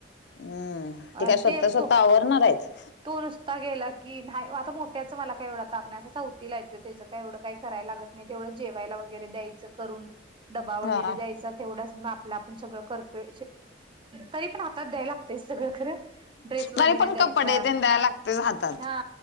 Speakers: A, on the left; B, on the right.
A: हम्म.. ते
B: अ
A: काय, स्वतःचं स्वतः
B: तो
A: आवरणार आहेत?
B: तो नुसता गेला की, नाही आता मोठ्याचं मला काय एवढा ताप नाही. आता चौथीला आहे तो. त्याचं काय एवढं काय करायला लागत नाही, तेवढंच जेवायला वगैरे द्यायचं करून. डबा वगैरे
A: हा
B: द्यायचा तेवढंच, मग आपलं-आपण सगळं करतोय. तरी पण हातात द्याय लागतंयच सगळं, खरं. ड्रेस वगैरे
A: तरी पण
B: द्यायचा
A: कपडे द्याय लागाते हातात
B: हा